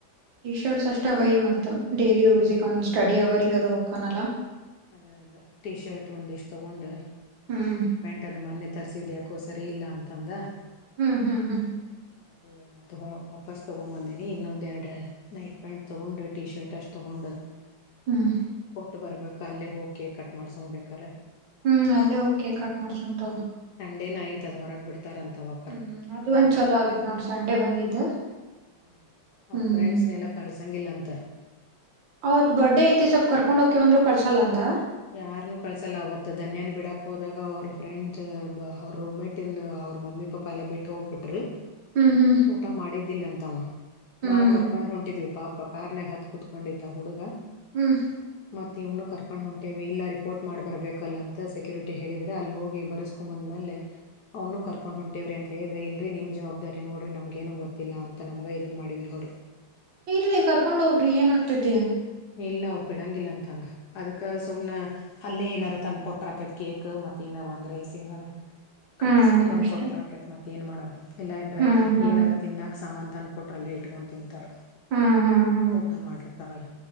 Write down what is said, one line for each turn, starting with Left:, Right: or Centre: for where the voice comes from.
Right: ಟಿ ಶರ್ಟ್ಸ್ ಅಷ್ಟ ಅವೈ ಮತ್ತು ಡೈಲಿ ಯೂಸಿಗೆ
Left: ಅದ
Right: ಅವನ್ ಸ್ಟಡಿ ಅವರಿಗೆ ಅದು ಹೋಕ್ಕಾನಲ್ಲ
Left: ಅದೇ ಅದೇ ಟಿ ಶರ್ಟ್ ಒಂದಿಷ್ಟು ತಗೊಂಡು
Right: ಹ್ಮ್
Left: ಪ್ಯಾಂಟ್ ಅದ್ ಮೊನ್ನೆ ತರ್ಸಿದ್ಯಾಕೋ ಸರಿ ಇಲ್ಲ ಅಂತಂದ
Right: ಹ್ಮ್ ಹ್ಮ್ ಹ್ಮ್
Left: ಅದು ಮತ್ತು ವ ವಾಪಸ್ ತಗೊಬಂದೀನಿ ಇನ್ನೊಂದೆಡು ನೈಟ್ ಪ್ಯಾಂಟ್ ತೊಗೊಂಡು ಟಿ ಶರ್ಟ್ ಅಷ್ಟು ತೊಗೊಂಡು ಅನಿಂಟೆಲಿಜಬಲ್ <inaudible>
Right: ಹ್ಮ್
Left: ಕೊಟ್ಟು ಬರ್ಬೇಕ ಅಲ್ಲೇ ಹೋಗ್ ಕೇಕ್ ಕಟ್ ಮಾಡ್ಸವ್ ಬೇಕಾರೆ
Right: ಹ್ಮ್ ಅಲ್ಲೇ ಹೋಗ್ ಕೆಕ್ ಕಟ್ ಮಾಡ್ಸುಂ ತಗ
Left: ಸಂಡೆನಯತದ ಹೊರಗ್ ಬಿಡ್ ತರಂತವ
Right: ಹ್ಮ್ ಅದು ಒಂದ್ ಚಲ ಆಗೇತ್ ನೋಡ್ರಿ ಸಂಡೆ ಬಂದಿದ್ದ
Left: ಹ್ಮ್ ಅವ್ರ
Right: ಹ್ಮ್
Left: ಫ್ರೆಂಡ್ಸ್ನೆಲ್ಲ ಕಳ್ಸಂಗಿಲ್ಲ ಅಂತ
Right: ಅವೌತ್ ಬರ್ಡೇ ಐತಿ ಸ್ಲ್ಪ್ ಕರ್ಕೊಂಡ್ಗಕ ಬಂದ್ರು ಕಳ್ಸಲ್ಲ ಅಂತ
Left: ಯಾರನ್ನು ಕಳ್ಸಲ್ಲ ಅವತ್ ಧನ್ಯನ್ ಬಿಡಕ್ ಹೋದಾಗ ಅವ್ರ ಫ್ರೆಂಡ್ ಅವ್ರ ರೂಮ್ ಮೇಟ್ ತಿನ್ ಅವ್ರ ಮಮ್ಮಿ ಪಾಪ ಎಲ್ಲಾ ಬಿಟ್ಟು ಹೋಗ್ಬಿಟರು
Right: ಹ್ಮ್ ಹ್ಮ್
Left: ಊಟ ಮಾಡಿದ್ದಿಲ್ಲ ಅಂತವ
Right: ಹ್ಮ್
Left: ನಾವವು ಕರ್ಕೊಂಡ್ ಹೊಂಟಿದ್ವಿ ಪಾಪ ಕಾರ್ನ್ಗ ಹತ್ ಕುೂತ್ಕೊಂಡಿಿತ ಹುಡುಗ
Right: ಹ್ಮ್
Left: ಮತ್ತ ಇವ್ನು ಕರ್ಕೊಂಡ್ ಹೊಂಟು ಟಿ ಇಲ್ಲ ರಿಪೋರ್ಟ್ ಮಾಡಿ ಬರ್ಬೇಕಲ್ಲ ಅಂತ ಸೆಕ್ಯೂರಿಟಿ ಹೇಳಿದ್ರೆ ಅಲ್ಲಿ ಹೋಗಿ ಬರೆಸ್ಕೊಂಬಂದ್ಮೇಲೆ ಅವ್ನು ಕರ್ಕೊಂಡು ಹೊಂಟೇವ್ರ ಅಂತ ಹೇಳಿದ್ರೆ ಇಲ್ರಿ ನಿಮ್ಮ ಜವಾಬ್ದಾರಿ ನೋಡ್ರಿ ನಮ್ಗ ಏನು ಗೊತ್ತಿಲ್ಲ ಅಂತ ನಮಗ ಇದನ್ನ ಮಾಡಿದ್ರರು ಅವ್ರು
Right: ಇರ್ಲಿ ಕರ್ಕೊಂಡ್ ಹೋಗ್ರಿ ಏನ್ಗ್ತೈತಿಾ
Left: ಇಲ್ಲ ಅವ ಪಿಡಂಗಿಲ್ಲಂತಾಂಗ ಅದಕ್ಕ ಸುಮನೆ ಅಲ್ಲೇ ಏನಾರು ತಂದ ಕೊಟ್ರಾಕೇತ್ ಕೇಕ್ ಮತ್ತೆ ಏನಾರ್ ಒಂದ್ ರೈಸ್ ಏನಾದಾರ ಕಟ್ಟಸ್ಕೊ್
Right: ಹ್ಮ್
Left: ಬಂದ
Right: ಅಷ್ಟೆ
Left: ಕೊಟ್ರ ಆಕೈತ್ ಮತ್ತ್ತ ನ್ ಮಾಡೋಣ ಇಲ್ಲಾ ಇದ್ರ
Right: ಹ್ಮ್ ಹ್ಮ್
Left: ಏನರ ತಿನ್ನಕ ಸಾಮಾನನ್ ತಂದ ಕೊೊಟ್ರ ಅಲ್ಲೇ ಇಟ್ಕೊಂಡ್ ತಿಂತಾರ
Right: ಹ್ಮ್ ಹ್ಮ್ ಹ್ಮ್
Left: ಊಟ ಮಾಡಿರ್ತಾರಲ್ಲ